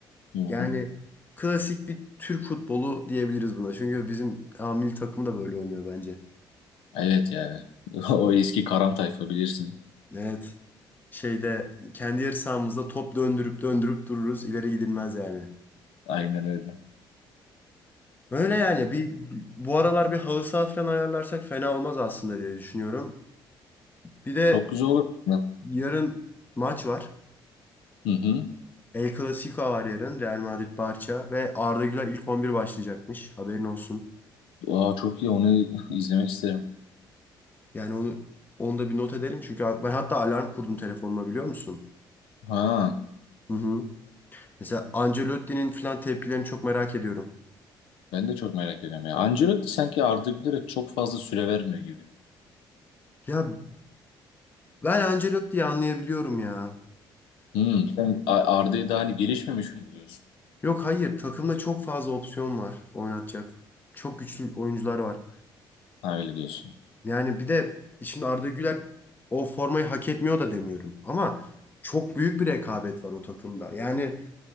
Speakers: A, on the left; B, on the left.
A: Hı hı.
B: Yani klasik bir Türk futbolu diyebiliriz buna. Çünkü bizim A milli takım da böyle oynuyor bence.
A: Evet yani. <laughs> O eski karam tayfa bilirsin.
B: Evet. Şeyde kendi yarı sahamızda top döndürüp döndürüp dururuz. İleri gidilmez yani.
A: Aynen öyle.
B: Böyle yani bir bu aralar bir halı saha falan ayarlarsak fena olmaz aslında diye düşünüyorum. Bir de
A: Çok güzel olur. aslında.
B: Yarın maç var.
A: Hı hı.
B: El Clasico var yarın. Real Madrid Barça ve Arda Güler ilk 11 başlayacakmış. Haberin olsun.
A: Aa, çok iyi onu <laughs> izlemek isterim.
B: Yani onu onu da bir not edelim çünkü ben hatta alarm kurdum telefonuma biliyor musun?
A: Ha,
B: Hı hı. Mesela Ancelotti'nin falan tepkilerini çok merak ediyorum.
A: ben de çok merak ediyorum ya. Ancelotti sanki Arda Güler'e çok fazla süre vermiyor gibi.
B: Ya ben Ancelotti'yi anlayabiliyorum ya.
A: Hı. Sen A- Arda'yı daha hani gelişmemiş mi buluyorsun?
B: Yok hayır takımda çok fazla opsiyon var oynatacak. Çok güçlü oyuncular var.
A: Ha öyle diyorsun.
B: Yani bir de şimdi Arda Güler o formayı hak etmiyor da demiyorum. Ama çok büyük bir rekabet var o takımda. Yani